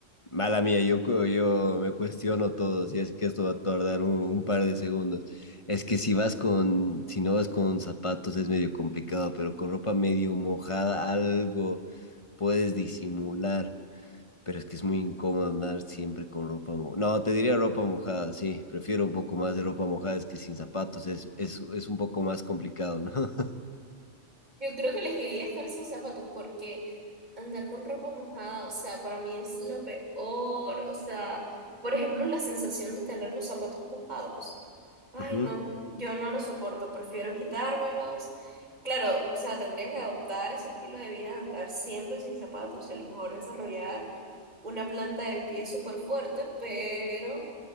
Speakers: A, on the left; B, on the right.
A: Mala mía, yo, cu- yo me cuestiono todo, si es que esto va a tardar un, un par de segundos. Es que si vas con, si no vas con zapatos es medio complicado, pero con ropa medio mojada algo puedes disimular. Pero es que es muy incómodo andar siempre con ropa mojada. No, te diría ropa mojada, sí. Prefiero un poco más de ropa mojada, es que sin zapatos es, es, es un poco más complicado, ¿no? <laughs>
B: Yo creo que elegiría estar sin zapatos porque andar con ropa mojada, o sea, para mí es lo peor. O sea, por ejemplo, la sensación de tener los zapatos mojados. Ay,
A: Ujú.
B: no, yo no lo soporto, prefiero quitármelos. Claro, o sea, tendría que adoptar ese estilo de vida de andar siempre sin zapatos y a lo mejor desarrollar una planta del pie súper fuerte, pero